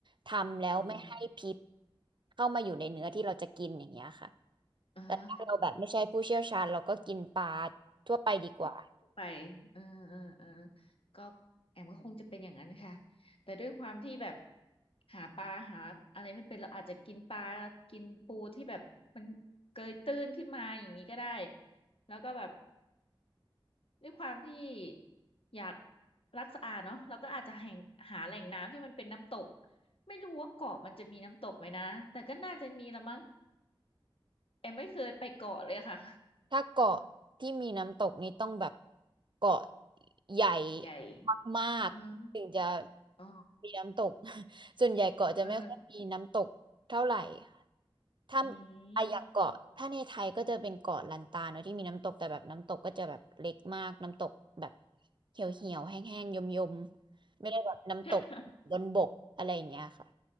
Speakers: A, on the right (about 55°); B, on the left (about 75°).
A: ทำแล้วไม่ให้พิษ
B: อืม
A: เข้ามาอยู่ในเนื้อที่เราจะกินอย่างเงี้ยค่ะ
B: อ่าฮะ
A: แต่ถ้าเราแบบไม่ใช่ผู้เชี่ยวชาญเราก็กินปลาทั่วไปดีกว่า
B: ก็ไปเออเออเออก็แอมก็คงจะเป็นอย่างนั้นค่ะแต่ด้วยความที่แบบหาปลาหาอะไรไม่เป็นเราอาจจะกินปลากินปูที่แบบมันเกยตื้นขึ้นมาอย่างนี้ก็ได้แล้วก็แบบ ด้วยความที่อยากรักสะอาดเนาะเราก็อาจจะแห่งหาแหล่งน้ำที่มันเป็นน้ำตกไม่รู้ว่าเกาะมันจะมีน้ำตกไหมนะแต่ก็น่าจะมีละมั้งแอมไม่เคยไปเกาะเลยค่ะ
A: ถ้าเกาะที่มีน้ำตกนี่ต้องแบบเกาะใหญ่
B: ใหญ่
A: มากๆถึงจะ
B: อืมอ๋อ
A: มีน้ำตก <laughs> ส่วนใหญ่เกาะจะไม่ค่อยมีน้ำตกเท่าไหร่ค่ะ
B: เออ
A: ถ้า
B: อืม
A: อะอย่างเกาะถ้าในไทยก็จะเป็นเกาะลันตาเนอะที่มีน้ำตกแต่แบบน้ำตกก็จะแบบเล็กมากน้ำตกแบบเหี่ยวเหี่ยวแห้งๆยมยมๆไม่ได้แบบน้ำตกบนบกอะไรอย่างเงี้ยค่ะ
B: <laughs>